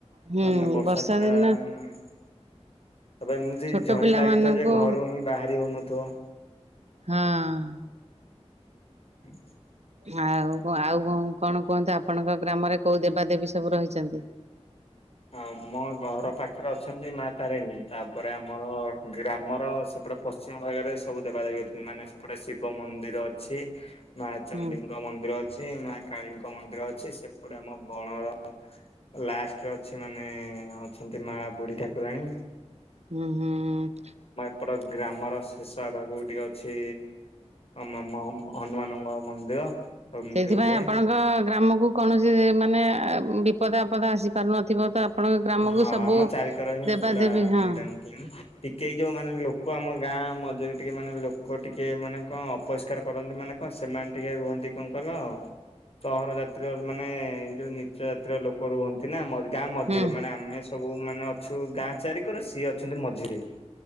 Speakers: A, on the right; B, on the left.
A: ହୁଁ
B: ମାନେ ବର୍ଷା ଦ୍ୱାରା
A: ଦିନ
B: ତବେ ଏମିତି
A: ଛୋଟ
B: ଝରି
A: ପିଲା
B: ଲାଗିଥିବ,
A: ମାନଙ୍କୁ
B: ଯେ- ଘରୁ ହିଁ ବାହାରି ହଉନଥିବ ।
A: ହଁ
B: ହୁଁ <unintelligible>
A: ଆଉ, ଆଉ କଣ କଣ କୁହନ୍ତୁ ଆପ--? ଆପଣଙ୍କ ଗ୍ରାମରେ କେଉ ଦେବାଦେବୀ ସବୁ ରହିଛନ୍ତି
B: ଆମ ଘର ପାଖରେ ଅଛନ୍ତି -ମା ତାରିଣୀ, ତାପରେ ଆମର ଗ୍ରାମର ସେପଟେ ପଶ୍ଚିମ ଭାଗରେ ସବୁ ଦେବଦେବୀ ଅଛନ୍ତି, ମାନେ ସେପଟେ ଶିବ ମନ୍ଦିର ଅଛି । ମା ଚଣ୍ଡୀଙ୍କ
A: ହୁଁ
B: ମନ୍ଦିର ଅଛି, ମା କାଳୀଙ୍କ ମନ୍ଦିର ଅଛି, ସେପଟେ ଆମ ବଣର ଲାଷ୍ଟ ଅଛି ମାନେ, ଅଛନ୍ତି ମା ବୁଢୀ ଠାକୁରାଣୀ ।
A: ହୁଁ ହୁଁ ହ
B: ସେପଟ ଗ୍ରାମର ଶେଷ ଭାଗକୁ ଟିକେ ଅଛି ଆମମ ହନୁମାନଙ୍କ ମନ୍ଦିର ଏମିତି
A: ସେଇଥିପାଇଁ
B: ହୁଏ
A: ଆପଣଙ୍କ ଗ୍ରାମ କୁ, କୌଣସି ମାନେ ମାନେ ବିପଦ ଆପଦ ଆସି ପାରୁନଥିବ ତ, ଆପଣଙ୍କ ଗ୍ରାମକୁ
B: ହଁ
A: ସବୁ
B: ଆମ ଚାରିିକର ହିଁ
A: ଦେବାଦେଵୀ
B: ପୁରା
A: ହଁ
B: ଟିକେ ଯୋଉ ମାନେ ଲୋକ ଆମ ଗାଁ ମଝିରେ ଟିକେ ମାନେ ଲୋକ ଟିକେ ମାନେ କଣ ଅପରିଷ୍କାର କରନ୍ତି, ମାନେ କଣ, ସେମାନେ ଟିକେ ରୁହନ୍ତି କଣ କହିଲ ଆଉ ସହର ଜାତିର ମାନେ -ଏଇ ଯୋଉ ନିଚ ଜାତିର ଲୋକ ରୁହନ୍ତି ନା ମ ଗାଁ ମଝିରେ,
A: ହୁଁ
B: ମାନେ ଆମେ ସବୁ ମାନେ ଅଛୁ ଗାଁ ଚାରିିକର, ସିଏ ଅଛନ୍ତି ମଝିରେ